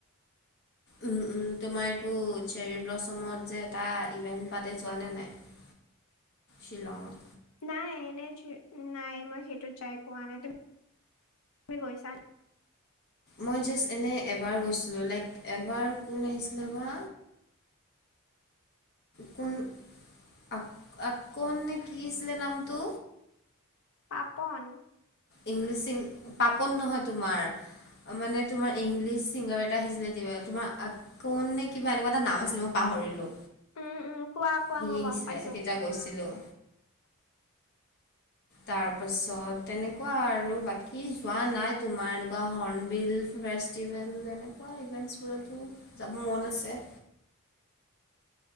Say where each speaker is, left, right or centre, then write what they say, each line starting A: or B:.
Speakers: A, on the left; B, on the left.
A: উম উম তোমাৰ এইটো চেৰী ব্লছমত যে এটা ইভেণ্ট পাতে, যোৱা নে নাই? শ্বিলংত?
B: নাই এনে নাই মই সেইটোত যাই পোৱা নাই। তুমি গৈছা?
A: মই জাষ্ট এনে এবাৰ গৈছিলোঁ লাইক এবাৰ কোন আহিছিলে বা কোন আ আপকন নে কি আছিলে নামটো?
B: পাপন?
A: ইংলিছি চিং পাপন নহয় তোমাৰ। মানে তোমাৰ ইংলিছ চিংগাৰ এটা আহিছিলে কিবা তোমাৰ কন নে কিবা এনেকুৱা এটা নাম আছিলে মই পাহৰিলো।
B: উম উম কোৱা কোৱা
A: সি
B: মই
A: আহিছিলে
B: গম পাইছো
A: তেতিয়া গৈছিলোঁ। তাৰ পাছত তেনে কোৱা আৰু বাকী যোৱা নাই তোমাৰ এনেকুৱা হৰ্ণ বিল ফেষ্টিভেল এনে কুৱা ইভেণ্টছবোৰতো যাব মন আছে।